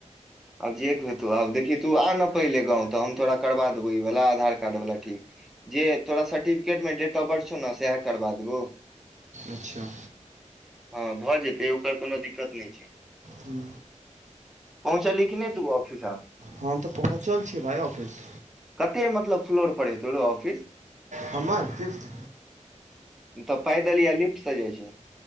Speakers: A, in the centre; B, on the right.
A: आब जेक हेतौ आब देखी तू आन पहिले गाँव तऽ हम तोरा करबा देबौ ई वाला आधार कार्ड वाला ठीक जे तोरा सर्टिफिकेट मे डेट ऑफ बर्थ छौ ने सएह करबा देबौ
B: अच्छा
A: हँ भऽ जेतै ओकर कोनो दिक्कत नहि छै
B: हू
A: पहुँचली कि नहि तू ऑफिस आब
B: हम तऽ पहुँचल छिये भाइ ऑफिस
A: कते मतलब फ्लोर पर हेतौ रौ ऑफिस
B: हमर फिफ्थ
A: तऽ पैदल या लिफ्ट स जाइ छै